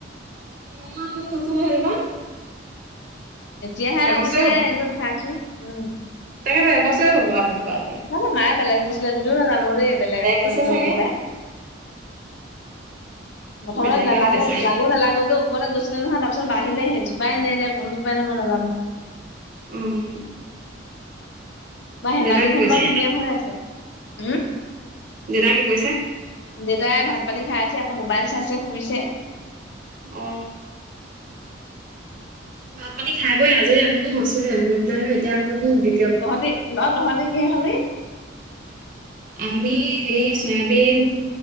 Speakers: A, on the right; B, on the left.
A: ইমানদিন হৈছেনে সেইজোপা।
B: এতিয়াহে
A: এবছৰে
B: লাগিছে, এই খাইছো উম।
A: তাকেটো এবছৰে লগোৱা হল প্ৰায়।
B: জানো মাই বেলেগ দিছিলে যদিও নাজানো দেই বেলেগ আকৌ
A: দিছে
B: এইবিলাক
A: চাগে
B: লৈ পেলাই। প্ৰথমতে
A: বেলেগে
B: নালাগো
A: দিলে চাগে
B: লাগো নালাগোকৈ ওপৰলৈ গৈছিলে নহয়, তাৰপিছত বাহিলে সেই জো পাই নে এতিয়া কোন জোপাই নে মই নাজানো।
A: উম।
B: বা হেন্দালিখন
A: দেউতা কি কৰিছে
B: বাৰু ধুনীয়া হৈ আছে, উম
A: দেউতা কি কৰিছে?
B: দেউতাই ভাত পানী খাই উঠি আকৌ মোবাইল চাইছে শুইছে।
A: অ ভাত পানী খাই বৈ আজৰি আনো হৈছো হে, শুই পেলাই এতিয়া আক দেখোন দি
B: তহঁতি ন তহঁতি কিহে খালি?
A: আমি এই চয়াবিন